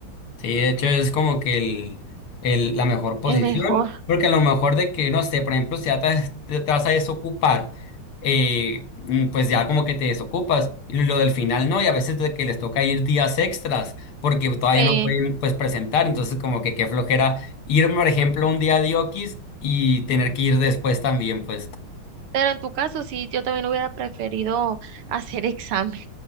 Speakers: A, on the left (about 80°); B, on the right (about 80°).
A: Sí, de hecho es como que el, el- la mejor posición,
B: es mejor.
A: porque a lo mejor de que, no sé, por ejemplo, si ya te, te- te vas a desocupar, eh, mm, pues ya como que te desocupas, y lo del final no, y a veces de que les toca ir días extras, porque todavía
B: Sí.
A: no pueden, pues, presentar, entonces como que qué flojera ir, por ejemplo, un día de Oquis y tener que ir después también, pues.
B: Pero en tu caso, sí, yo también hubiera preferido <laughs> hacer examen